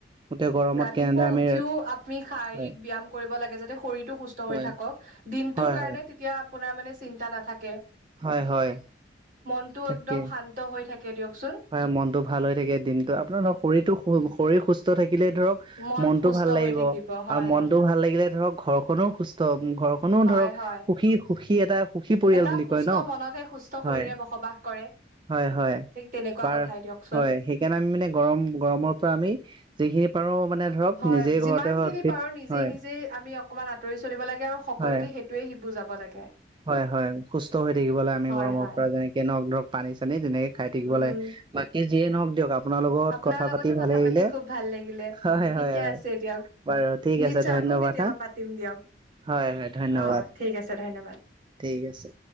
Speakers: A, on the right (about 25°); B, on the right (about 45°).
A: গোটেই গৰমত
B: ৰাতিপুৱা
A: কেনেদৰে আমি
B: উঠিও আপনি শাৰীৰিক
A: হয়
B: ব্যায়াম কৰিব লাগে যাতে শৰীৰতটো সুস্থ
A: হয়
B: হৈ থাকক। দিনটোৰ
A: হয়
B: কাৰণে তেতিয়া আপোনাৰ মানে চিন্তা নাথাকে।
A: হয়, হয়।
B: মনতটো
A: তাকে
B: একদম শান্ত হৈ থাকে। দিয়কচোন
A: হয়, মনতটো ভাল হৈ থাকে, দিনতটো আপোনাৰ ধ, শৰীৰতো, শৰীৰ সুস্থ থাকে। থাকিলে ধৰক
B: মন
A: মনতটো
B: সুস্থ
A: ভাল লাগিব
B: হৈ থাকিব হয়
A: আৰু মনতটো
B: হয়
A: ভাল লাগিলে ধৰক ঘৰখননো সুস্থ হ'ব। ঘৰখনো
B: হয়
A: ধৰক
B: হয়
A: সুখী, সুখী এটা সুখী পৰিয়াল
B: এটা
A: বুলি
B: সুস্থ
A: কয় ন,
B: মনতহে সুস্থ শৰীৰে
A: হয়।
B: বসবাস কৰে।
A: হয়, হয়।
B: ঠিক তেনেকুৱা
A: বাৰ
B: কথাই দিয়কচোন
A: হয় সেইকাৰণে আমি মানে গৰম, গৰমৰ পৰা আমি যিখিনি পাৰো মানে ধৰক
B: হয়
A: নিজে
B: যিমান
A: ঘৰতে হয়
B: খিনি
A: উদ্ভিদ
B: পাৰো নিজে,
A: হয়
B: নিজে আমি অকণমান আতৰি চলিব লাগে আৰু সকলোকে
A: হয়
B: সেইটোৱে সি বুজাব লাগে।
A: হয়, হয়। সুস্থ হৈ থাকিবলে আমি
B: হয়
A: গৰমৰ
B: হয়
A: পৰা যেনেকে নখ ঢক পানী, চানী তেনেকে খাই থাকিব
B: উম
A: লাগে। বাকী যিয়ে নহওক দিয়ক আপ আপোনাৰ লগত
B: আপোনাৰ
A: কথা
B: লগতো
A: পাতি ভালে
B: কথা
A: লিলে
B: খুব ভাল লাগিলে
A: হয়,
B: ঠিকে
A: হয়, হয়।
B: আছে দিয়ক
A: বাৰু ঠিক
B: নিশ্চয়
A: আছে ধন্যবাদ
B: আকৌ কেতিয়াবা
A: হা।
B: পাতিম দিয়ক
A: হয়, হয় ধন্যবাদ।
B: অ ঠিক আছে ধন্যবাদ
A: ঠিক আছে।